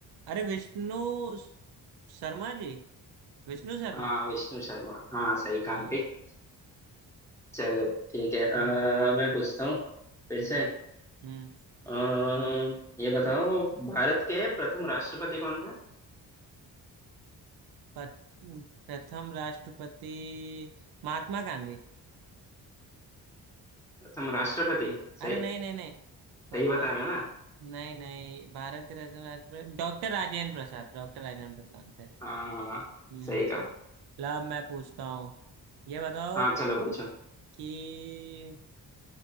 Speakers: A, on the right (about 50°); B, in the centre.
A: अरे विष्णु स- शर्मा जी विष्णु शर्मा
B: हाँ विष्णु शर्मा हाँ सही
A: हाँ
B: कहा भाई
A: हाँ,
B: चलो ठीक है आ,
A: हम्म
B: मैं पूछता हूँ फिर
A: हम्म
B: से
A: हम्म
B: अम्म, ये बताओ भारत के प्रथम राष्ट्रपति कौन थे
A: प- प्रथम राष्ट्रपति महात्मा गांधी
B: प्रथम राष्ट्रपति सही
A: अरे नहीं नहीं नहीं प्रथम
B: सही बता रहे हो ना
A: नहीं नहीं भारत के रत्न राष्ट्रपति डॉक्टर राजेंद्र प्रसाद डॉक्टर राजेंद्र प्रसाद थे
B: हाँ
A: हम्म
B: सही कहा
A: ला मैं पूछता हूँ ये बताओ
B: हाँ चलो पूछो
A: कि